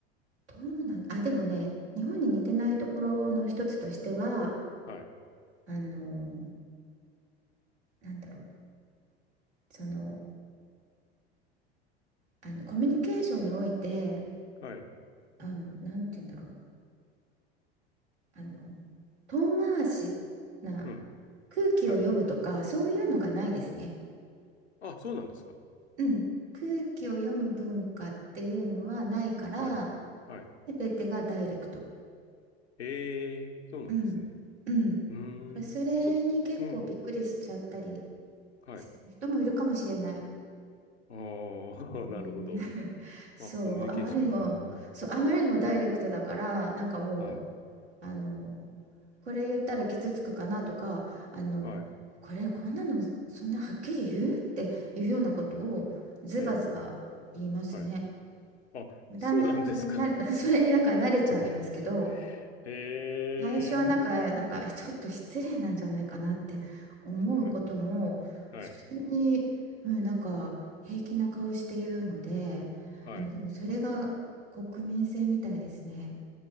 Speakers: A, on the right; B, on the left.
A: どうなん、あ、でもね、日本に似てないところの一つとしては、
B: はい。
A: あの、なんだろう、その、あのコミュニケーションにおいて、
B: はい。
A: あの、なんて言うんだろう、あの、遠回しな
B: うん。
A: 空気を読むとかそういうのがないですね。
B: はい。あ、そうなんですか。
A: うん、空気を読む文化っていうのはないから
B: はい。はい。
A: 全てがダイレクト。
B: えー、そうなんですね。
A: うんうん
B: うーん。
A: それに結構びっくりしちゃったり
B: そ、うん。はい。
A: する人もいるかもしれない。
B: ああ、
A: うん
B: <laughs> なるほど。
A: <laughs> そう、
B: まあ、コミュニケーショ
A: あまりにも、
B: ン。
A: そう、あまりにもダイレクトだから、なんかも
B: <laughs> はい。
A: あのこれ言ったら傷つくかなとかあのこれこんなのそんなはっきり言うっていうようなことをズバズバ言いますね。
B: はい。ええ。はいあ、
A: だんだんそれにな
B: そうなんですか。
A: <laughs> それにだから慣れちゃいますけど
B: <laughs> へえ。
A: 最初はなんか、なんかえちょっと失礼なんじゃないかなって思うことも普通に、
B: はい。はい。
A: うん、なんか平気な顔して言うのであのでもそれが国民性みたいですね。
B: はい。